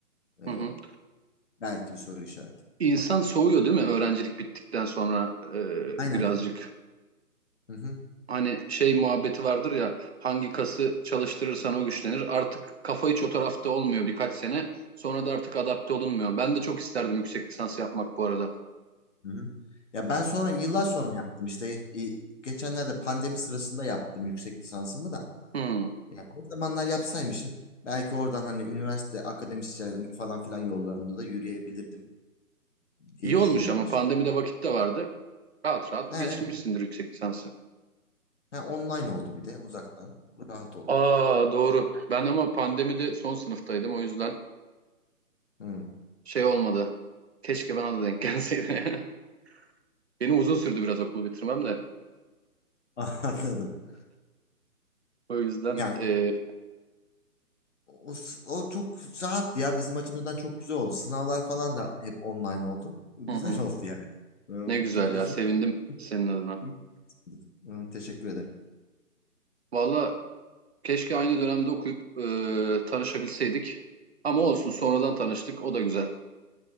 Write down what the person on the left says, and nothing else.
e,
belki bir soru işareti.
Aynen.
Hı hı.
Hı hı. Ya ben sonra yıllar sonra yaptım işte e, geçenlerde pandemi sırasında yaptım yüksek lisansımı da.
Yani o zamanlar yapsaymışım belki oradan hani üniversite, akademisyenlik falan filan yollarında da yürüyebilirdim diye
düşünüyorum
açıkçası.
Ha,
evet.
Ha, online oldu bir de uzaktan. Rahat oldu.
Hı.
<laughs> Anladım.
Ya
o, s- o çok rahat ya bizim açımızdan çok güzel oldu. Sınavlar falan da hep online oldu. Güzel
oldu yani. Ee,
bir-
hiç-
hiç- hiç- Hı, Teşekkür ederim.